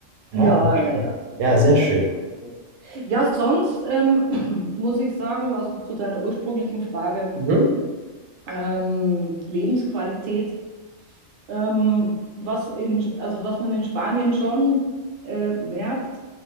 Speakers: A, on the right; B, on the right.
A: Ja,
B: Ja, aber
A: ja, ja, das
B: ja,
A: ist
B: sehr
A: natürlich
B: schön.
A: sicher so. Ja, sonst ähm, <clears throat> muss ich sagen, also zu deiner ursprünglichen Frage,
B: Mhm.
A: ähm, Lebensqualität, Ähm, was in, also was man in Spanien schon äh, merkt,